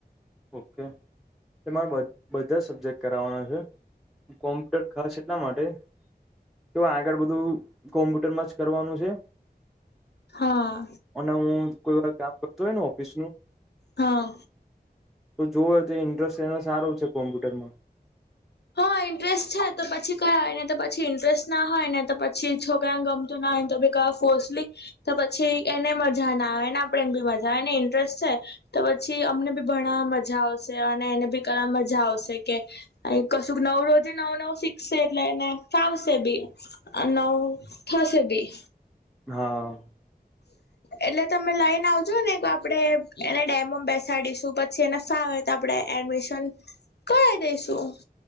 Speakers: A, in the centre; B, on the left.
A: ઓકે. એમાં બે બધા સબ્જેક્ટ કરાવવાના છે, કોમ્પ્યુટર ખાસ એટલા માટે તો આગળ બધું કોમ્પ્યુટરમાં જ કરવાનું છે.
B: હા.
A: અને હું કોઈ વાર કામ કરતું હોય ને ઓફિસ નું
B: હા
A: તો જોવો તો ઇન્ટરેસ્ટ એનો સારો છે, કોમ્પ્યુટરમાં
B: હા, ઇન્ટરેસ્ટ છે તો પછી કયા હોય ને તો પછી ઈન્ટરેસ્ટ ના હોય ને તો પછી છોકરાને ગમતું ના તો ભ ક ફોસલી તો પછી એને મજા ના આવે એના એને ઇન્ટરેસ્ટ છે તો પછી અમને બી ભણાવા માં મજા આવશે અને એને આઈ એમ ભી જા આવશે કે. એ કશું નવ રોજે નવું નવું શીખશે એટલે એને ફાવશે બી અ નવ સેબી.
A: હા.
B: એટલે તમે લઈને આવજો ને આપડે એને ડેમમ બેસાડીશું પછી એને ફ તો આપણે એડમિશન કરા ઈ દઈશું.